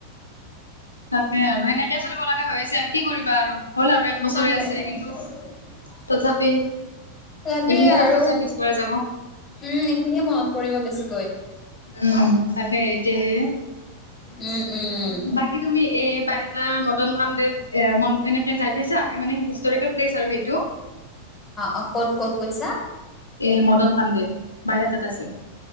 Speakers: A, on the left; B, on the left.
A: তাকে আৰু, সেনেকে চলিব লগা হৈ আছে আৰু, কি কৰিবা আৰু হ'ল আৰু এক বছৰে
B: তাকে
A: আছে। কিন্তু
B: <unintelligible>
A: তথাপিও
B: তথাপি
A: এইখিনিয়ে
B: আৰু
A: লাষ্টত যে মিচ কৰা যাব।
B: উম, এইখিনিয়ে মনত পৰিব বেছিকৈ।
A: উম, তাকে এতিয়াহে
B: উম উম
A: বাকী তুমি এ বাইহটা মদন কামদেৱ এ মন এনেকে যাই পাইছা, মানে হিষ্টৰিকেল প্লেচ আৰু সেইটো?
B: অ ক'ত ক'ত কৈছা?
A: এই মদন কামদেৱ? বাইহাতত আছে